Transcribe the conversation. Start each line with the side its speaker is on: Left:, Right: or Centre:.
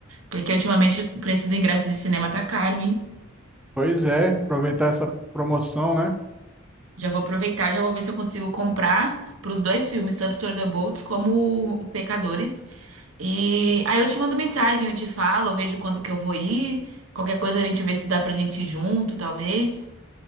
Right: Porque ultimamente o preço do ingresso de cinema tá caro, hein?
Centre: Pois é, aproveitar essa promoção, né?
Right: Já vou aproveitar, já vou ver se eu consigo comprar pros dois filmes, tanto Thunderbolts como o Pecadores. E aí eu te mando mensagem, eu te falo, eu vejo quando que eu vou ir. Qualquer coisa a gente vê se dá pra gente ir junto, talvez.